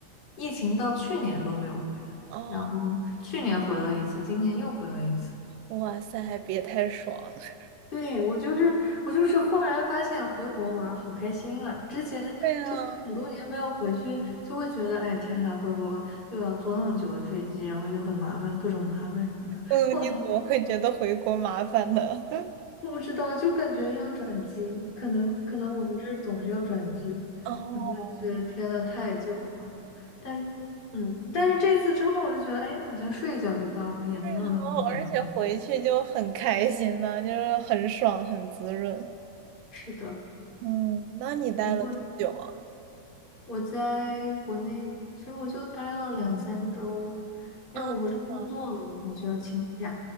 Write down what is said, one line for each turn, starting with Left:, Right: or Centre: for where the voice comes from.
Left: 疫情到去年都没有回，
Right: 哦，
Left: 然后去年回了一次，今年又回了一次。
Right: 哇塞，还别太爽！<laughs>
Left: 对，我就是我就是忽然发现回国玩儿好开心啊！之前之前很多年没有回去，
Right: 对啊，
Left: 就会觉得哎天呐，回国又要坐那么久的飞机，然后又很麻烦，各种麻烦什么的。
Right: 嗯，
Left: 后来。
Right: 你怎么会觉得回国麻烦呢？<laughs>
Left: 我不知道，就感觉要转机，可能可能我们这儿总是要转机，
Right: 哦，
Left: 然后就觉得天呐，太久了。但是，嗯，但是这次之后，我就觉得，哎，好像睡一觉就到了，也没有那么糟糕
Right: 对啊，而且回去就很开心呐、就是很爽，很滋润。
Left: 是的，
Right: 嗯，那你待了多久啊？
Left: 以后我在国内，其实我就待了两三周，因为我不是工作了嘛，
Right: 啊，哦
Left: 我就要请假，